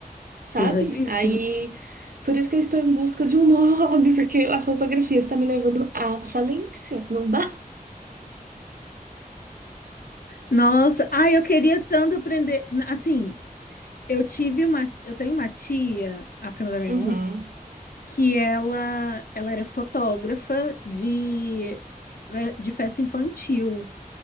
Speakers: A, on the right; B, on the left.
A: sabe?
B: Pesadíssimo.
A: Aí, por isso que eu estou em busca de um novo <laughs> hobby, porque a fotografia está me levando à falência, não dá?
B: Nossa, ai, eu queria tanto aprender. Assim, eu tive uma, eu tenho uma tia, a prima da minha
A: Uhum.
B: mãe, que ela, ela era fotógrafa de, fe- de festa infantil.